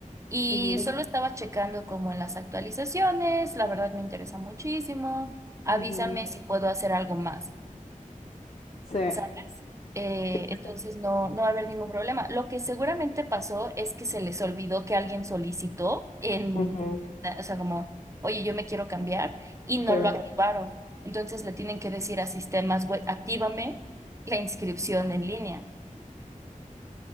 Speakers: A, on the right; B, on the left.
A: y
B: ujú,
A: solo estaba checando como en las actualizaciones, la verdad me interesa muchísimo, avísame
B: ujú.
A: si puedo hacer algo más.
B: Sí.
A: O sea, eh,
B: Sí. sí.
A: entonces no, no va a haber ningún problema. Lo que seguramente pasó es que se les olvidó que alguien solicitó en,
B: Ujú,
A: o sea, como, oye, yo me quiero cambiar y no
B: sí.
A: lo activaron. Entonces le tienen que decir a sistemas web, actívame la inscripción en línea.